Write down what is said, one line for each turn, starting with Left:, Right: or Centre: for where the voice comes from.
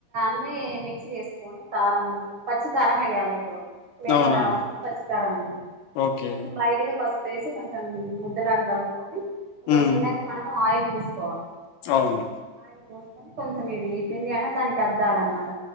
Right: అన్ని మిక్సీ చేసుకొని కారం ఉప్పు పచ్చి కా రం అయ్యాలి ఎక్వ ఫ్లేవర్
Left: అవునా
Right: రావాలంటని పచ్చిికారం అయ్యాలి
Left: ఓకే
Right: కొంచెం లైట్ గా పసుపూ వేసి కొంచెం ముద్దలాగా కలుపుకొని ఒక
Left: ఉమ్
Right: గిన్నెకి మనం ఆయిల్ పూసుకోవాలి
Left: అవును
Right: ఆయిలు పోసుకొని కొంచెం ఇది తిండి అనే దానికి అర్ద్దాల అన్నమాట